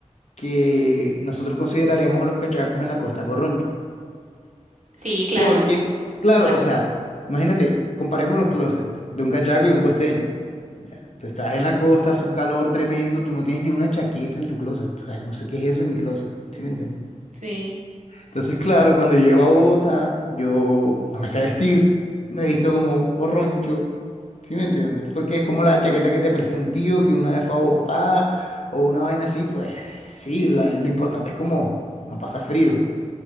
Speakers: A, on the left; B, on the right.
A: que nosotros consideraríamos a los cachacos en la costa corroncho.
B: Sí, claro,
A: Porque, claro,
B: la-
A: o sea, imagínate, comparemos los closets de un cachaco y un costeño. Ya, tú estás en la costa, hace un calor tremendo, tú no tienes ni una chaqueta en tu closet. O sea, yo no sé qué es eso en mi closet, ¿sí me entiendes?
B: sí.
A: Entonces, claro, cuando llego a Bogotá, yo no me sé vestir, me visto como corroncho, ¿sí me entiendes? Porque es como la chaqueta que te prestó un tío que una vez fue a Bogotá o una vaina así, pues sí, la- lo importante es como no pasa frío.